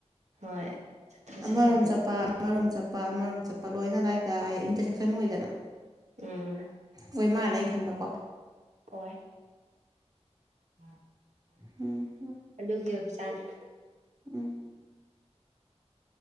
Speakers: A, on the right; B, on the right.
A: ꯍꯣꯏ ꯆꯠꯊꯣꯛ
B: ꯑꯃꯔꯣꯝ
A: ꯆꯠꯁꯤꯟ
B: ꯆꯠꯄ ꯑꯃꯔꯣꯝ ꯆꯠꯄ ꯑꯃꯔꯣꯝ ꯆꯠꯄ ꯂꯣꯏꯅ ꯑꯗꯥꯏꯗ ꯏꯟꯇꯔꯁꯦꯛꯁꯟ ꯑꯣꯏꯗꯅ
A: ꯎꯝ
B: ꯑꫭꯏ ꯃꯥꯜꯂꯦ ꯑꯩꯈꯟꯕꯀꯣ
A: ꯑꫭꯏ ꯎ <unintelligible>
B: ꯍꯝ
A: ꯑꯗꯨꯒꯤ ꯑꯣꯏꯕ ꯖꯥꯠꯅꯤ
B: ꯎꯝ